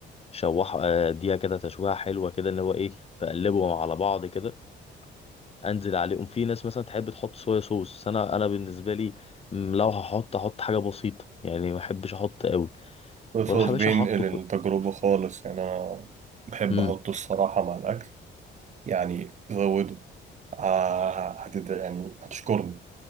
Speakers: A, on the left; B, on the right.
A: شوح آه، اديها كده تشويحة حلوة كده اللي هو ايه بقلبهم على بعض كده انزل عليهم في ناس مثلا تحب تحط صويا صوص بس انا انا بالنسبة لي م، لو هحط احط حاجة بسيطة يعني ما احبش احط قوي
B: بص
A: واروح يا
B: بينقل
A: باشا احط كل
B: التجربة خالص يعني انا بحب
A: امم
B: احطه الصراحة مع الاكل يعني زوده آه هتد... يعني هتشكرني